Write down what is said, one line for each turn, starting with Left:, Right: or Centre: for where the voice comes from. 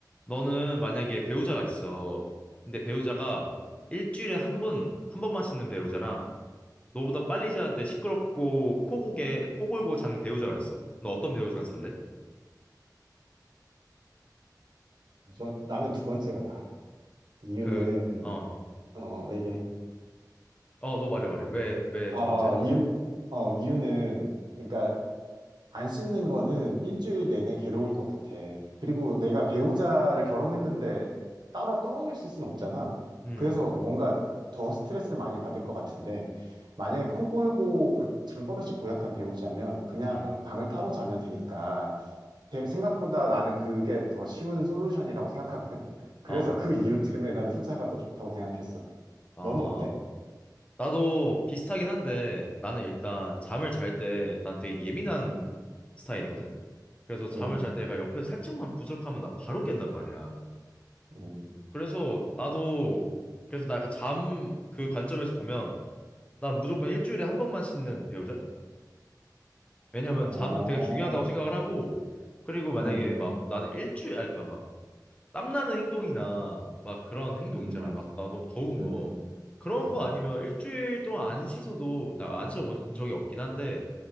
Left: 너는 만약에 배우자가 있어. 근데 배우자가 일주일에 한 번, 한 번만 씻는 배우자랑 너보다 빨리 자는데 시끄럽고 코고개, 코 골고 자는 배우자가 있어. 너 어떤 배우자랑 살래?
Right: 저 나는 두 번째가 나. 이유는
Left: 그, 어,
Right: 어 이게
Left: 어, 너 말해, 말해. 왜, 왜
Right: 어
Left: 두 번째야?
Right: 이유 어 이유는 그러니까 안 씻는 거는 일주일 내내 괴로울 것 같아. 그리고 내가 배우자를 결혼했는데 따로 떨어져 있을 순 없잖아.
Left: 음,
Right: 그래서 뭔가 더 스트레스를 많이 받을 것 같은데 만약에 코 골고 막 잠버릇이 고약한 배우자면 그냥
Left: 음,
Right: 방을 따로 자면 되니까 대- 생각보다 나는 그게 더 쉬운 솔루션이라고 생각하거든. 그래서
Left: 어,
Right: 그 이유 때문에 나는 후자가 더 좋다고 생각했어.
Left: 아.
Right: 넌 어때?
Left: 나도 비슷하긴 한데 나는 일단 잠을 잘 때 난 되게 예민한 스타일이거든? 그래서 잠을
Right: 음,
Left: 잘 때 얘가 옆에서 살짝만 부스럭하면 나 바로 깬단 말이야.
Right: 음,
Left: 그래서 나도 그래서 나 약간 잠 그 관점에서 보면 난 무조건 일주일에 한 번만 씻는 배우자. 왜냐면
Right: 음. 어,
Left: 잠은 되게 중요하다고 생각을 하고 그리고 만약에
Right: 음,
Left: 막
Right: 음,
Left: 나는 일주일 아니 그러니까 막 땀나는 행동이나 막 그런 행동
Right: 음,
Left: 있잖아. 막 나 너무 더운
Right: 음,
Left: 거 그런
Right: 음, 음.
Left: 거 아니면 일주일 동안 안 씻어도 나 안 씻어본 적이 없긴 한데